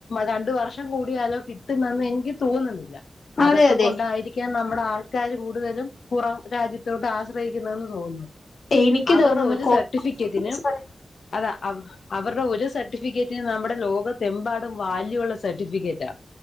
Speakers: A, on the left; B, on the left.
A: രണ്ട് വർഷം കൂടിയാലോ കിട്ടുന്നന്ന് എനിക്ക് തോന്നുന്നില്ല അതൊക്കെ
B: അതെ അതെ.
A: കൊണ്ടായിരിക്കും നമ്മുടെ ആൾക്കാാര് കൂടുതലും പുറം രാജ്യത്തോട്ട് ആശ്രയിക്കുന്നതെന്ന് തോന്നുന്നു
B: എനിക്ക്
A: അവരെ
B: തോന്നുന്നു
A: ഒരു സർട്ടിഫിക്കറ്റ്ന്
B: കോളേജ്
A: അതാ അവരുടെ ഒരു സർട്ടിഫിക്കറ്റിന് നമ്മുടെ ലോകത്തെമ്പാടും വാല്യൂള്ള സർട്ടിഫിക്കറ്റാ